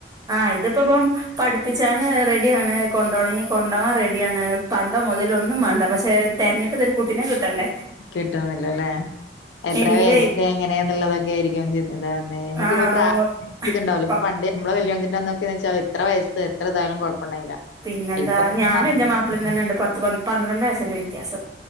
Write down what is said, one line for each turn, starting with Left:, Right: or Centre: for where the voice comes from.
Right: ആ ഇത് ഇപ്പ ഇപ്പം പഠിപ്പിച്ചാന് റെഡിയാണ് കൊണ്ടോണെങ്കിൽ കൊണ്ടോവാൻ റെഡിയാണ് പ ണ്ടം മുതലോ ഒന്നും വേണ്ട പക്ഷെ തെരഞ്ഞിട്ട്ത് ഒരു കുട്ടിനെ കിട്ടണ്ടേ.
Left: കിട്ടുന്നില്ല അല്ലേ എത്ര
Right: ഇല്ലേ
Left: വയസ്സ് എങ്ങനെയന്നുള്ളതൊക്കെ ആയിരിക്കും ചി <unintelligible> ഇങ്ങക്ക്
Right: ആഹ്
Left: ഇപ്പൊ പ്രായ
Right: ഓ
Left: ഇത്ണ്ടാവുലേ
Right: പ
Left: പണ്ട് അമ്മളെ കല്യാണത്തിന്റ അന്നൊക്കെന്ന് വെച്ച ഇത്ര വയസ്സ് എത്രതായാലും കൊഴപ്പണ്ടായില്ല
Right: പിന്നെന്താ
Left: ഇപ്പൊ. <inaudible>
Right: ഞാനും എന്റെ മാപ്പിളിം തന്നെ ഉണ്ട് പത്ത് പന്ത്രണ്ട് വയസ്സിന്റെ വ്യത്യാസം.